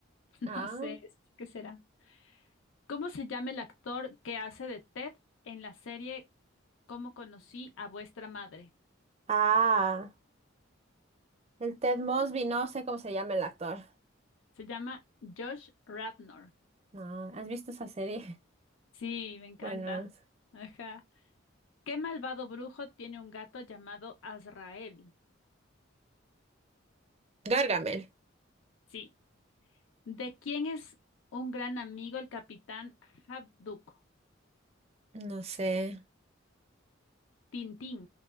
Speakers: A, on the left; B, on the right.
A: <laughs> No
B: Ah.
A: sé, ¿qué será? ¿Cómo se llama el actor que hace de Ted en la serie Cómo conocí a vuestra madre?
B: Ah. El Ted Mosby, no sé cómo se llama el actor.
A: Se llama Josh Radnor.
B: No, ¿has visto esa serie? <laughs>
A: Sí, me encanta.
B: Bueno,
A: Ajá. ¿Qué malvado brujo tiene un gato llamado Azrael?
B: Gargamel.
A: Sí. ¿De quién es un gran amigo el capitán Habduk?
B: No sé.
A: Tintín.